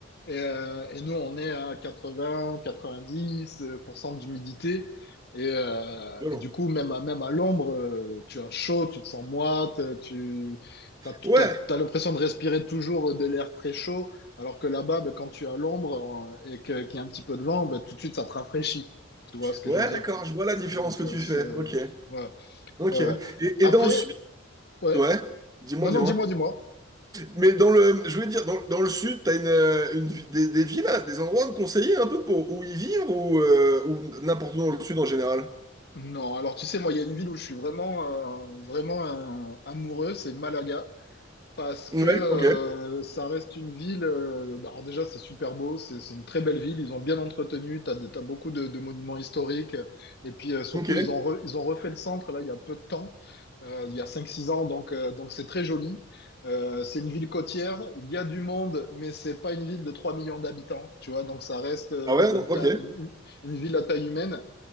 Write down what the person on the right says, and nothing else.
Violent.
Ouais.
Ouais,
d'accord, je vois la différence
que
tu
fais. Ok,
ok.
Et,
et dans le sud,
ouais, dis-moi,
dis-moi.
Mais dans le, je voulais dire, dans, dans le sud, t'as une, euh, une vi- des, des villes, à- des endroits à me conseiller un peu pour où y vivre ou, euh, ou n'importe où dans le sud en général.
Ouais,
ok,
ok.
Ah ouais,
donc,
ok.